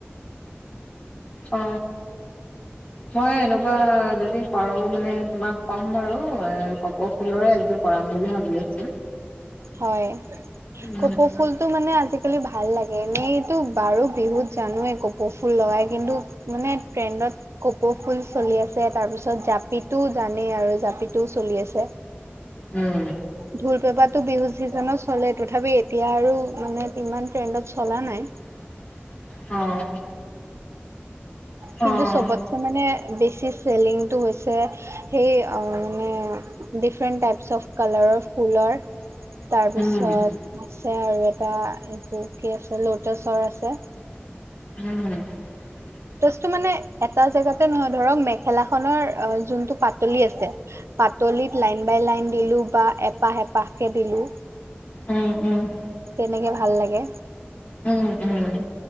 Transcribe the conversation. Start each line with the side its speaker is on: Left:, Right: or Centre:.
Left: অ। মই এনেকুৱা যদি পাৰো মানে তোমাক ক'ম বাৰু এ কপৌ ফুলৰে এযো কৰাম বুলি ভাবি আছো
Right: হয়
Left: উম
Right: কপৌ ফুলতটো মানে আজিকালি ভাল লাগে এনেইতো বাৰু বিহুত জানোয়ে কপৌ ফুল লা গা কিন্তু মানে ট্ৰেণ্ডত কপৌ ফুল চলি আছে তাৰ পিছত জাপিতো জানেই আৰু জাপিটোও চলি আছে
Left: উম
Right: ঢোল পেপাটো বিহু চিজনত চলে, তথাপি এতিয়া আৰু মানে ইমান ট্ৰেণ্ডত চলা নাই।
Left: অ' অ',
Right: কিন্তু চবতকৈ মানে বেছি চেলিংটো হৈছে, সেই মানে ডিফাৰেণ্ট টাইপছ অফ কালাৰৰ ফুলৰ তাৰপিছত
Left: উম,
Right: আছে আৰু এটা এইটো কি আছে, লোটাছৰ আছে
Left: উম
Right: টো মানে এটা জেগাতে নহয়, ধৰক মেখেলাখনৰ‌ জোনটো পাতলি আছে, পাতলিটো টোত লাইন বাই লাইন দিলো বা এপাহ এপাহকে দিলো
Left: উম,
Right: তেনেকে ভাল লাগে।
Left: উম, উম,